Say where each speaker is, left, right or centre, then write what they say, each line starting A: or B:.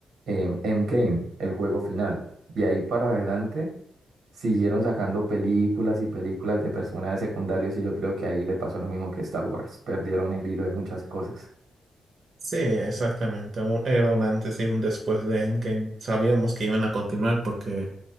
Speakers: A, on the right; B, on the right.
A: eh, Endgame, el juego final. Y ahí para adelante siguieron sacando películas y películas de personajes secundarios y yo creo que ahí le pasó lo mismo que Star Wars. Perdieron el hilo de muchas cosas.
B: Sí, exactamente. un- era un antes y un después de Endgame. Sabíamos que iban a continuar porque,